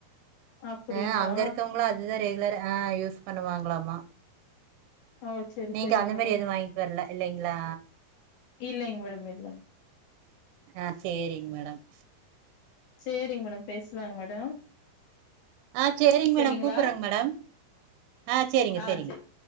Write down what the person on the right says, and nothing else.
அஹ் அங்க இருக்கவுங்ள அதுதா ரெகுலர ஆஹ் யூஸ் பண்ணுவாங்களாமா
நீங்க
அந்த
மாரி எதுவு வாங்கிட்டு வரல இல்லைங்களா
ஆஹ் சேரிங்க மேடம்
ஆஹ் சேரிங்க
மேடம் கூப்பறங்க மேடம் ஆஹ் சேரிங்க
செரிங்க